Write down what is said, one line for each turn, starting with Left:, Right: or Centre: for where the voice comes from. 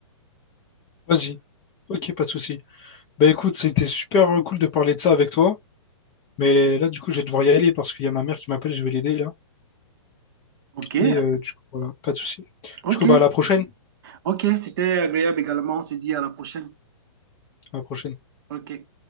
Left: Vas-y. Ok, pas de souci. Bah écoute, c'était super euh, cool de parler de ça avec toi. Mais là, du coup, je vais devoir y aller parce qu'il y a ma mère qui m'appelle, je vais l'aider là.
Right: OK,
Left: Et euh, du coup, voilà, pas de souci.
Right: OK,
Left: Du coup, bah à la prochaine.
Right: OK. C'était agréable également. On se dit à la prochaine.
Left: À la prochaine.
Right: OK.